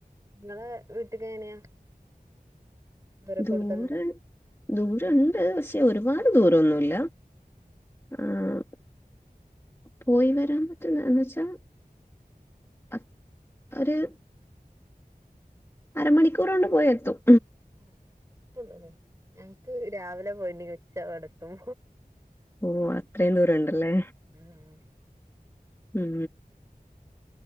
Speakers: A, on the right (about 20°); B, on the left (about 15°).
A: ഇങ്ങളെ വീട്ട്ക്ക് എങ്ങനെയാ ദൂര
B: ദൂരൺ
A: കൂടുതലുണ്ടോ
B: ദൂരണ്ട് പക്ഷേ ഒരുപാട് ദൂരോന്നുല്ലാ
A: ഉം
B: ആഹ് പോയ് വരാൻ പറ്റുന്ന എന്നൂച്ചാ അത് ഒര് അരമണിക്കൂറോണ്ട് പോയ്എത്തും
A: ആഹ് ഞങ്ങ്ക്ക് രാവിലെ പോണി ഉച്ച അവടെത്തും
B: ഓ അത്രയും ദൂരം ഉണ്ടല്ലേ
A: ഉം
B: ഉം